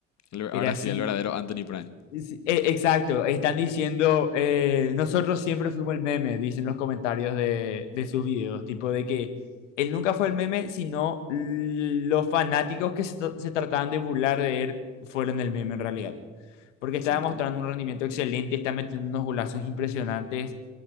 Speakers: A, on the left; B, on the left.
A: El ahora
B: pero así
A: sí, el verdadero Anthony Prime,
B: Sí, e- Exacto, están diciendo, eh, nosotros siempre fuimos el meme, dicen los comentarios de, de sus videos, tipo de que él nunca fue el meme, sino los fanáticos que se, tra- se trataban de burlar de él fueron el meme en realidad, porque estaba
A: ¿cierto?
B: mostrando un rendimiento excelente, está metiendo unos golazos impresionantes